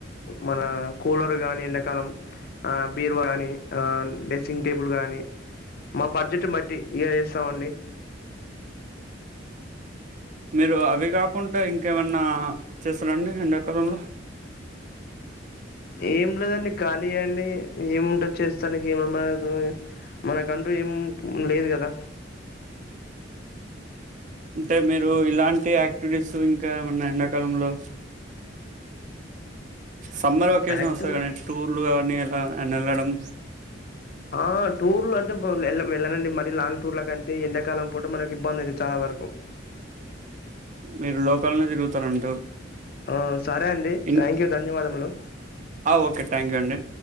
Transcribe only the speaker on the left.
మన కూలర్ గాని ఎండాకాలం ఆ బీరువ కాగాని ఆ డ్రెస్సింగ్ టేబుల్ గానీ మా బడ్జెట్ బట్టి ఏం చేస్తామండి
ఏం లేదండి ఖాళీ అండి ఏముంటచ్చేస్తానికి ఏ మన మన కంట ఏం లేదు కదా
యాక్టివ్
ఆ టూర్లు అంటే బ్ వెళ్ళనండి మరీ లాంగ్ టూర్ కంటే ఎండ కాలం పూట మనకి ఇబ్బంది అయిది చాలా వరకు
ఆ సరే అండి
థ్యాంక్ యూ ధన్యవాదములు